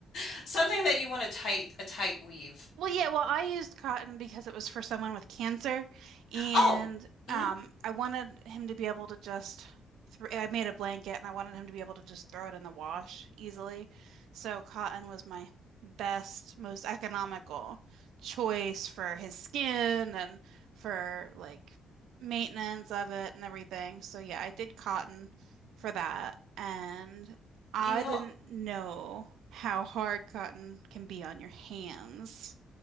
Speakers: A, on the left; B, on the right.
A: <laughs> something that you want a tight a tight weave.
B: Well, yeah, well, I used cotton because it was for someone with cancer, and
A: Oh,
B: um,
A: mhm.
B: I wanted him to be able to just throw, I made a blanket and I wanted him to be able to just throw it in the wash easily. So cotton was my best, most economical choice for his skin and for like maintenance of it and everything. So yeah, I did cotton for that, and I
A: You know,
B: didn't know how hard cotton can be on your hands